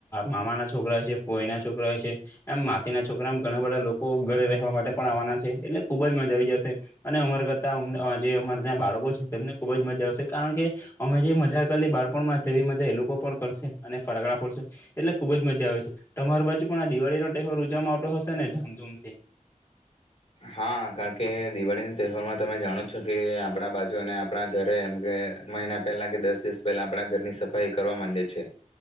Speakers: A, on the left (about 20°); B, on the left (about 50°).
A: મામા ના છોકરા હોય છે પોય ના છોકરા હોય છે એમ માસી ના છોકરા એમ ઘણા બધા લો કો ઘરે રહેવા માટે પણ આવવાના છે એટલે ખુબ જ મજા આવી જશે અને અમાર કરતા જે અમાર ત્યાં બાળકો છે તેમને ખુબ જ મજા આવશે કારણ કે અમે જે મજા કરલી બાળપણમાં તેવી મજા એ લોકો પણ કરશે અને ફટાકડા ફોડશે એટલે ખુબ જ મજા આવે છે. અમાર બાજુ પણ આ દિવાળીનો તહેવાર ઉજામાં આવટો હશે ને ધામધૂમ જે
B: હા કારણ કે દિવાળી ના તહેવારમાં તમે જાણો છો કે આપણા બાજુને આપણા ઘરે એમ કે મહિના પહેલા કે દસ દિવસ પહેલા આપણા ઘરની સફાઈ કરવા માંડે છે